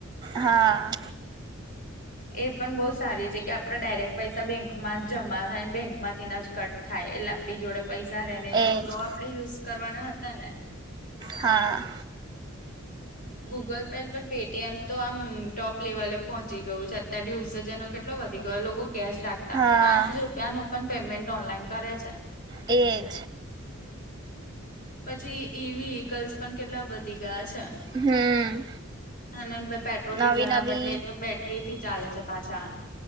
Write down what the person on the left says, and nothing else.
એ પણ બહુ સારી છે. કે આપડે ડાયરેક્ટ પૈસા બેંકમાં જમા થાયને બેંક. માંથી ના જ કટ થાય. એટલે આપડી જોડે પૈસા રે ને.
તો આપડે યુઝ કરવાના હતા ને.
Google pay. પણ પેટીએમ તો આમ ટોપ લેવલે પહોંચી ગયું છે અત્ય્યારે યુઝ. જેનો. કેટલો વધી ગયો લોકો કેશ રાખતા
પાંચ રૂપિયા નું પણ પેમેન્ટ ઓનલાઈન કરે છે.
પછી ઈ વી વ્હીકલ્સ પણ કેટલા વધી ગયા છે. <unintelligible>
અને પેટ્રોલ ડીઝલ
ના
બદલે તો બે. ટરીથી ચાલે છે પાછા.